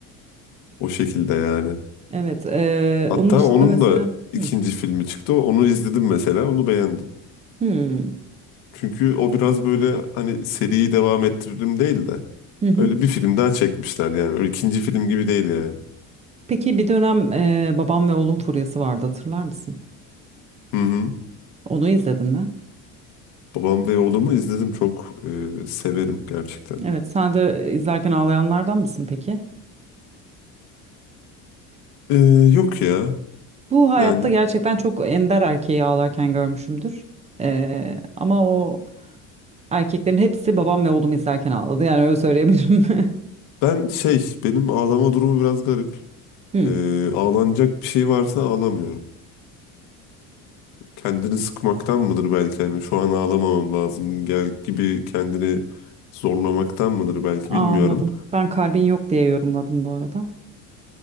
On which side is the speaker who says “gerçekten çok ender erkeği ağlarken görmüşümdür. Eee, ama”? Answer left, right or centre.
Right